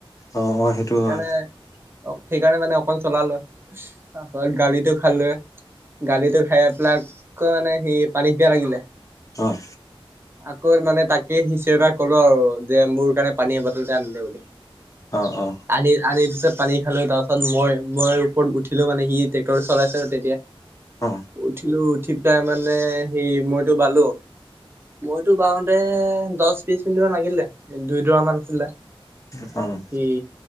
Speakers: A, on the left (about 35°); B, on the right (about 25°).
A: অ' অ' সেইটো
B: সেইকাৰণে
A: হয়
B: অ' সেইকাৰণে মানে অকন চলালো, <inaudible> গালিটো খালোৱে। গালিটো খাই পেলাই আকৌ মানে সি পানী পিয়া লাগিলে।
A: অ'।
B: আকৌ মানে তাকে সি <unintelligible> পৰা ক'লো আৰু যে মোৰ কাৰণে পানীৰ বটলতে আনি দে বুলি।
A: অ', অ'।
B: আনি আনি পিছে পানী খালোঁ তাৰ পাছত মই মই ওপৰত উঠিলোঁ মানে সি ট্ৰেক্টৰ চলাইছে তেতিয়া।
A: অ
B: উঠিলোঁ উঠি পেলাই মানে, সেই মইটো বালো। মইটো বাৱতে দহ বিশ মিনিটমান লাগিলে, দুই দৰা মান আছিলে।
A: অ'।
B: এই